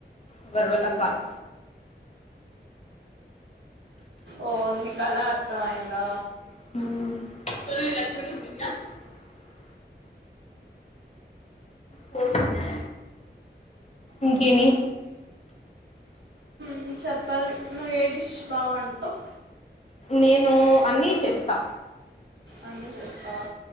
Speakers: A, on the left; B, on the right.
A: ఎవ్యరివల్ల కాదు
B: ఓహో మీ కల అర్థమయి హలో
A: మ్ <unintelligible> పోసిందా ఇంకే మీ
B: మ్ చెప్పాలి నువు ఏ డిష్ బా వండుతావ్
A: నేనూ అన్నీ చేస్తా
B: అన్నీ చేస్తావా